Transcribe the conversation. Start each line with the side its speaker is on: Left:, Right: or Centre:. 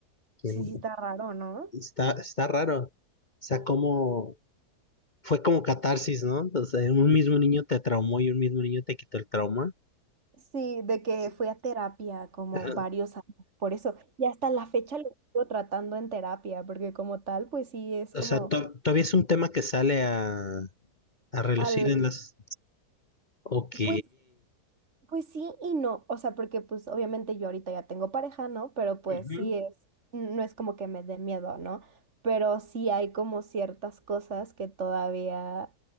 Left: ¿Quién?
Right: Sí, sí, está raro, ¿no?
Left: Está, está raro. O sea, como... fue como catarsis, ¿no? O sea, un mismo niño te traumó y un mismo niño te quitó el trauma.
Right: Sí, de que
Left: Sí.
Right: fui a terapia como
Left: Ajá.
Right: varios años, por eso. Y hasta la fecha lo sigo tratando en terapia, porque como tal, pues sí, es
Left: O
Right: como
Left: sea, to- todavía es un tema que sale a, a relucir
Right: al,
Left: en las... Ok.
Right: pues, pues sí y no. O sea, porque pues obviamente yo ahorita ya tengo pareja, ¿no? Pero pues
Left: Ujú.
Right: sí es, no es como que me dé miedo, ¿no? Pero sí hay como ciertas cosas que todavía